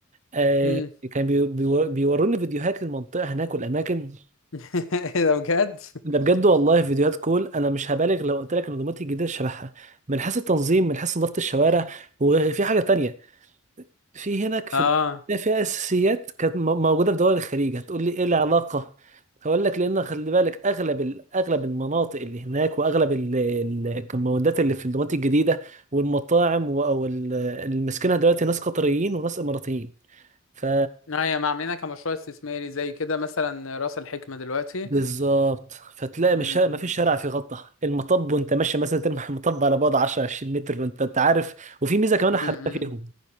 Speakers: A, on the right (about 35°); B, on the left (about 70°).
A: آه
B: امم
A: كان بي- بيو- بيوروني فيديوهات للمنطقة هناك والأماكن
B: <laughs> ايه ده بجد
A: ده بجد والله فيديوهات كول انا مش هبالغ لو قلت لك النظامات الجديده شبهها من حيث التنظيم من حيث نظافه الشوارع وفي حاجه تانية في هناك في
B: اه
A: فيها اساسيات كانت م- موجوده في دول الخليج هتقول لي ايه العلاقه هقول لك لان خلي بالك اغلب ال- اغلب المناطق اللي هناك واغلب ال- ال- الكومباوندات اللي في الدمارات الجديده والمطاعم و- او ال- اللي ماسكينها دلوقتي ناس قطريين وناس اماراتيين ف
B: لا هي ما عاملينها كمشروع استثماري زي كده مثلا راس الحكمة دلوقتي
A: بالظبط فتلاقي مش
B: امم
A: ما فيش شارع فيه غطا المطب وانت ماشي مثلا ترمي <laughs> المطب على بعد 10 20 متر وانت انت عارف وفي ميزه كمان حاببها
B: امم
A: فيهم